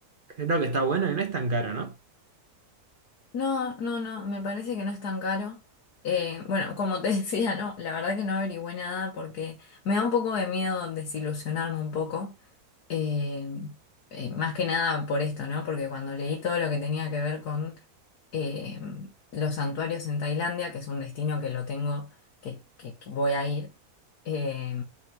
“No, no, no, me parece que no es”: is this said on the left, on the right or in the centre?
Left